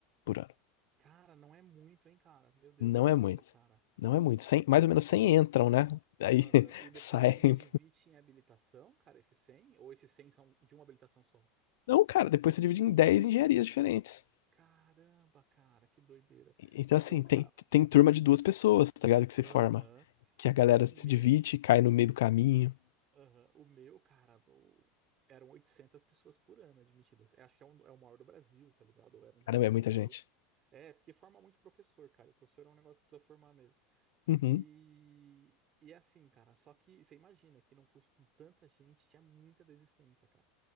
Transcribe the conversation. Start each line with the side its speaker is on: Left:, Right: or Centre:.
Left: por ano.
Right: Cara, não é muito, hein, cara? Meu Deus,
Left: Não
Right: é pouco,
Left: é muito.
Right: cara.
Left: Não é muito. cem
Right: É pouco.
Left: mais ou menos 100 entram, né? Aí
Right: Aham.
Left: <laughs>
Right: E depois
Left: saem.
Right: ainda divide em habilitação, cara, esses cem Ou esses 100 são de uma habilitação só?
Left: Não, cara, depois você divide em 10 engenharias diferentes.
Right: Caramba, cara, que doideira.
Left: Então,
Right: Então,
Left: assim, tem,
Right: cara,
Left: tem turma de duas pessoas, tá ligado? Que se
Right: aham.
Left: forma. Que
Right: Então,
Left: a galera
Right: o
Left: se
Right: meu.
Left: divide, cai no meio do caminho.
Right: Aham. O meu, cara, o- eram 800 pessoas por ano admitidas. Eu acho que é, um, é o maior do Brasil, tá ligado? Ou era um dos
Left: Caramba,
Right: maiores
Left: é muita
Right: do Brasil.
Left: gente.
Right: É, porque forma muito professor, cara. E professor é um negócio que precisa formar mesmo.
Left: Uhum.
Right: E, e é assim, cara. Só que você imagina que num curso com tanta gente tinha muita desistência, cara.